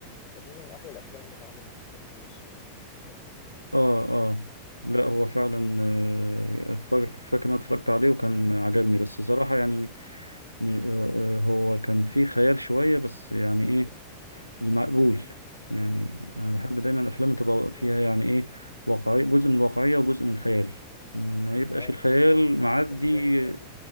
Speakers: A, on the left; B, on the left.
A: بشوفه من احلى الافلام اللي اتعملت في مصر يعني بشكل عام
B: اه اه لا هو فعلا آه، فاك- فاكر إن انا اتفرجت عليه وكان عجبني بس صراحه يعني م- آه، آه، هو كان فيه خيال شويه بس يعني ايه المقبول
A: امم
B: يعني انا بحب دايما الافلام تبقى
A: أمم.
B: فيها يعني ايه واقعية جزء من الواقعية وجزء من الخيال ما يبقاش
A: اه
B: الخيال
A: بس كان
B: معدي
A: كان جامد قوي